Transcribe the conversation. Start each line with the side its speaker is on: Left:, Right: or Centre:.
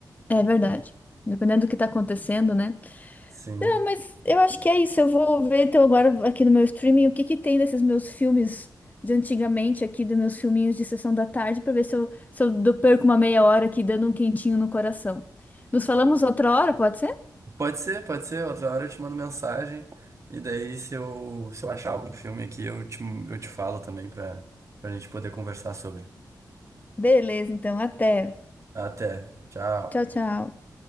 Left: É verdade. Dependendo do que tá acontecendo, né?
Right: Sim.
Left: Não, mas eu acho que é isso. Eu vou ver então agora aqui no meu streaming o que que tem desses meus filmes de antigamente aqui, dos meus filminhos de sessão da tarde, para ver se eu, se eu dou- perco uma meia hora aqui dando um quentinho no coração. Nos falamos outra hora, pode ser?
Right: Pode ser, pode ser. Outra hora eu te mando mensagem. E daí, se eu, se eu achar algum filme aqui, eu te, eu te falo também pra, pra gente poder conversar sobre.
Left: Beleza, então, até.
Right: Até. Tchau.
Left: Tchau, tchau.